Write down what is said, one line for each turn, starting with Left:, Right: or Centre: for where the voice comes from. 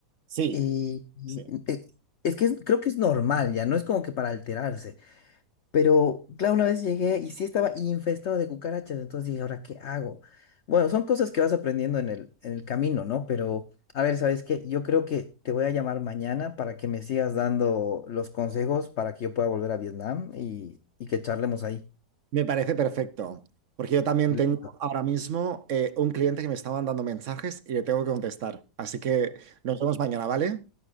Right: Sí,
Left: Y, y-
Right: sí.
Left: eh, es que es- creo que es normal ya, no es como que para alterarse. Pero claro, una vez llegué y sí estaba infestado de cucarachas. Entonces dije, ¿ahora qué hago? Bueno, son cosas que vas aprendiendo en el, en el camino, ¿no? Pero a ver, ¿sabes qué? Yo creo que te voy a llamar mañana para que me sigas dando los consejos para que yo pueda volver a Vietnam y, y que charlemos ahí.
Right: Me parece perfecto, porque yo también
Left: Listo.
Right: tengo ahora mismo eh, un cliente que me está mandando mensajes y le tengo que contestar. Así que nos vemos mañana, ¿vale?